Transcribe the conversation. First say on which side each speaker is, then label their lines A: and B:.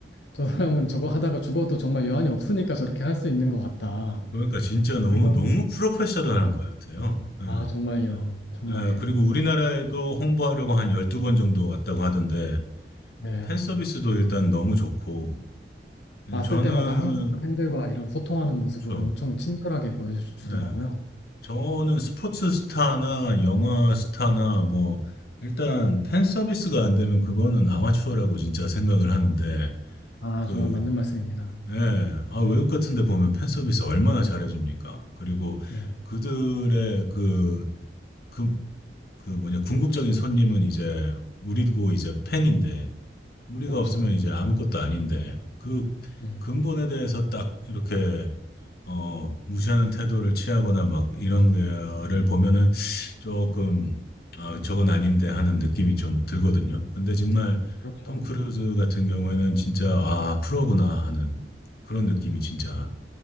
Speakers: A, on the left (about 85°); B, on the left (about 60°).
A: 저 사람은 저거 하다가 죽어도 정말 여한이 없으니까 저렇게 할 수 있는 것 같다.
B: 그러니까 진짜 너무
A: 그리고-
B: 너무 프로페셔널한 것 같아요. 예.
A: 아, 정말요. 정말이에요.
B: 예. 그리고 우리나라에도 홍보하려고 한 12번 정도 왔다고 하던데
A: 네.
B: 팬 서비스도 일단 너무 좋고 예,
A: 왔을
B: 저는
A: 때마다 한국 팬들과 이런 소통하는 모습을
B: 예, 그렇죠.
A: 엄청 친절하게 보여주더라고요.
B: 네. 저는 스포츠 스타나 영화 스타나 뭐 일단 팬 서비스가 안 되면 그거는 아마추어라고 진짜 생각을 하는데
A: 아,
B: 그
A: 정말 맞는 말씀입니다.
B: 예. 아, 외국 같은 데 보면 팬 서비스 얼마나 잘해줍니까? 그리고
A: 네.
B: 그들의 그, 그, 그 뭐냐, 궁극적인 손님은 이제 우리고 이제 팬인데, 우리가
A: 그렇죠.
B: 없으면 이제 아무것도 아닌데, 그
A: 음.
B: 근본에 대해서 딱 이렇게 어, 무시하는 태도를 취하거나 막 이런 거를 보면은 조금, 아, 저건 아닌데 하는 느낌이 좀 들거든요. 근데 정말
A: 그렇죠.
B: 톰 크루즈
A: 네.
B: 같은 경우에는 진짜, 아, 프로구나 하는 그런 느낌이
A: 음.
B: 진짜